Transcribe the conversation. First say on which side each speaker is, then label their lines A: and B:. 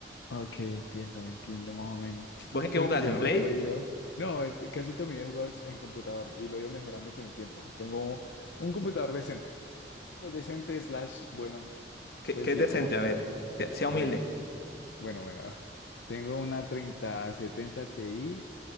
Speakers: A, on the left (about 80°); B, on the left (about 60°).
A: Ok, entiendo, entiendo más o menos.
B: ¿Vos en
A: Solo
B: qué jugás?
A: que yo
B: ¿En
A: no
B: Play?
A: me he podido. No, ent- casi todo mi vida he jugado es en computador y lo he ido mejorando con el tiempo. Tengo un computador decente. Pues decente slash bueno.
B: ¿Qué,
A: Entonces
B: qué
A: sí,
B: es decente?
A: como que
B: A
A: tal.
B: ver, sea, sea humilde.
A: Bueno, bueno, bueno. <laughs> Tengo una treinta setenta Ti